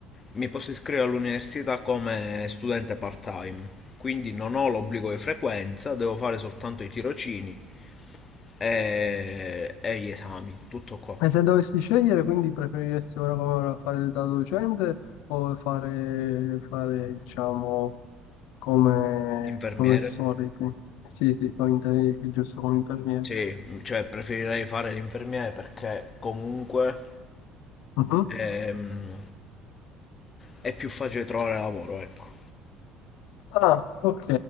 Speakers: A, on the left; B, on the left.
A: mi posso iscrivere all'università come studente part-time, quindi non ho l'obbligo di frequenza, devo fare soltanto i tirocini e, e gli esami, tutto qua.
B: E se dovessi scegliere, quindi preferiresti ora come ora fare da docente o fare, fare diciamo come
A: Infermiere.
B: professore. te- Sì, sì, come inter- giusto come infermiere.
A: Sì, mh, cioè preferirei fare l'infermiere perché comunque
B: Mhm.
A: ehm, è più facile trovare lavoro, ecco.
B: Ah, ok.